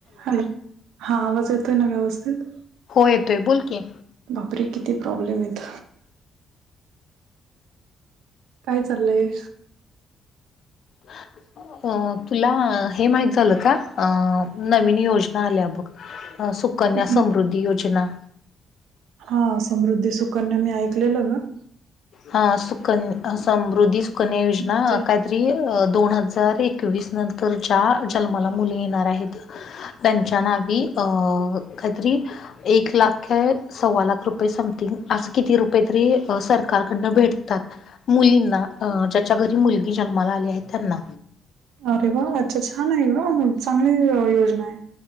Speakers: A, on the right (about 85°); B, on the left (about 60°).
A: हॅलो हा आवाज येतोय ना व्यवस्थित.
B: हो येतोय बोल की,
A: बापरे किती प्रॉब्लेम येत. काय चाललंय.
B: ह <unintelligible> अ तुला हे माहित झालं का अ नवीन योजना आल्या बघ. अ सुकन्या
A: कुठली
B: समृद्धी योजना.
A: हा समृद्धी सुकन्या मी ऐकलेलं ग.
B: हा सुकन्या समृद्धी सुकन्या योजना
A: म्हणजे
B: कायतरी दोन हजार एकवीस नंतर ज्या जन्माला मुली येणार आहेत त्यांच्या नावी अ काहीतरी एक लाख का सव्वा लाख रुपये समथिंग अस किती रुपये तरी सरकार सडन भेटतात मुलींना ज्याच्या घरी मुलगी जन्माला आली आहे त्यांना
A: अरे वा अच्छा छान आहे ग चांगली योजना आहे